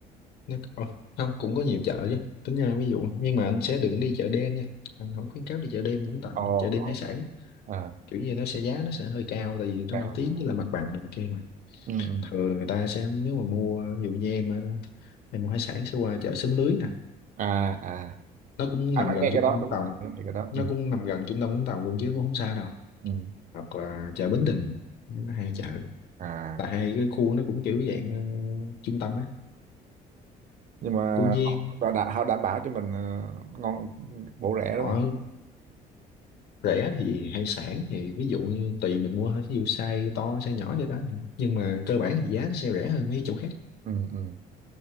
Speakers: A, on the left; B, on the right.
A: nó ờ, không cũng có nhiều chợ chứ tính ra ví dụ nhưng mà anh sẽ đừng đi chợ đêm nha anh không khuyến cáo đi chợ đêm Vũng Tàu
B: ồ
A: đâu. chợ đêm hải
B: ồ
A: sản
B: à,
A: kiểu như nó sẽ giá nó sẽ hơi cao tại vì nó
B: cao.
A: nổi tiếng với là mặt bằng này kia mà
B: ừ, ừ.
A: thường người ta sẽ nếu mà mua ví dụ như em á, em mua hải sản sẽ qua chợ Xóm Lưới nè
B: à à
A: nó cũng nằm
B: anh đã
A: gần
B: nghe
A: trung
B: cái đó
A: tâm Vũng
B: đúng
A: Tàu
B: rồi anh nghe cái đó
A: nó
B: ừ,
A: cũng nằm gần trung tâm Vũng Tàu luôn chứ cũng không xa đâu
B: ừ.
A: hoặc là chợ Bến Đình nó hai chợ
B: à
A: là hai cái khu nó cũng kiểu dạng ờ, trung tâm á
B: nhưng mà
A: cô Giang
B: họ họ đã, họ đảm bảo cho mình ờ, ngon bổ rẻ đúng
A: họ
B: không
A: rẻ thì hải sản thì ví dụ như tùy mình mua thôi ví dụ size to size nhỏ vậy đó nhưng mà cơ bản thì giá nó sẽ rẻ hơn mấy chỗ khác
B: ừ ừ